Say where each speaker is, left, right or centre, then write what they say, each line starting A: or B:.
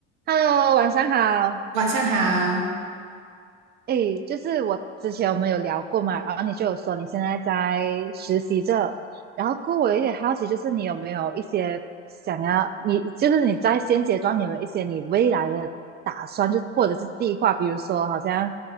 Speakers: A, on the right; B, on the right.
A: Hello，晚上好。
B: 晚上好，
A: 诶，就是我之前我们有聊过嘛，然后你就有说你现在在实习着，然后过后我有点好奇，就是你有没有一些想要，你就是你在现阶段你有没有一些你未来的打算，就是或者是计划，比如说好像